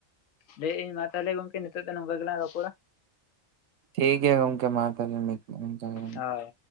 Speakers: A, on the left (about 75°); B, on the right (about 70°).
A: ᱞᱟᱹᱭᱮᱫ ᱟᱹᱧ ᱢᱟ ᱛᱟᱦᱚᱞᱮ ᱜᱚᱢᱠᱮ ᱱᱤᱛᱚᱜ ᱫᱚ ᱱᱚᱝᱠᱟ ᱜᱮᱞᱟᱝ ᱨᱚᱯᱚᱲᱟ।
B: ᱴᱷᱤᱠ ᱜᱮᱭᱟ ᱜᱚᱢᱠᱮ ᱢᱟ ᱛᱟᱦᱚᱮ ᱱᱤᱛ ᱫᱚ ᱱᱚᱝᱠᱟ ᱜᱮ।
A: ᱦᱳᱭ